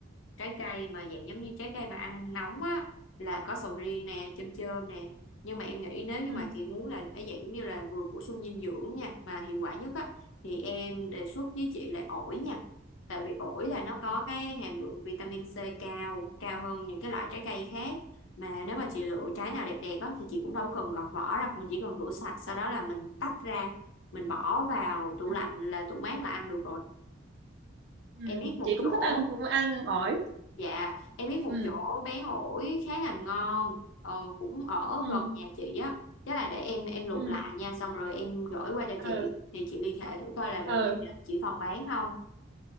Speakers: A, on the left; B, on the right.
A: trái cây mà dạng giống như trái cây mà ăn nóng á là có sầu riêng nè chôm chôm nè nhưng mà em nghĩ nếu như
B: ừ.
A: mà chị muốn là để dạng giống như là vừa bổ sung dinh dưỡng nha mà hiệu quả nhất á thì em đề xuất với chị là ổi nha tại vì ổi là nó có
B: Ừ.
A: cái hàm lượng vitamin C cao cao hơn những cái loại trái cây khác mà nếu mà chị lựa trái nào đẹp đẹp á thì chị cũng đâu cần gọt vỏ đâu mình chỉ cần rửa sạch sau đó là mình tách ra mình bỏ vào tủ
B: Ừ.
A: lạnh là tủ mát là ăn được rồi
B: Ừ.
A: em biết một
B: chị cũng
A: chỗ
B: thích ăn ăn ổi
A: Dạ, em biết một
B: ừ
A: chỗ bán ổi khá là ngon, ờ, cũng ở
B: ừ
A: gần nhà chị á. Chắc là để em em lục
B: ừ
A: lại nha, xong rồi em gửi qua cho chị.
B: ừ
A: Thì chị liên hệ thử coi là đợt
B: ừ
A: này là chị còn bán không.